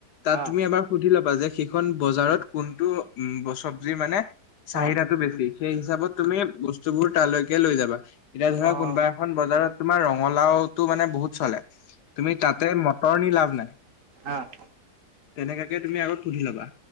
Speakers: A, on the left (about 80°); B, on the right (about 55°).
A: তাত
B: অ
A: তুমি এবাৰ সুধি ল'বা যে সেইখন বজাৰত কোনটো চজ্বি মানে চাহিদাটো
B: অ
A: বেছি সেই হিচাপত তুমি বস্তুবোৰ তালৈকে লৈ যাবা। এতিয়া ধৰা
B: অ
A: কোনোবা এখন বজাৰত তোমাৰ ৰঙালাও মানে বহুত চলে। তুমি তাতে মটৰ নি লাভ নাই।
B: অহ
A: তেনেকাকে তুমি আগত সুধি ল'বা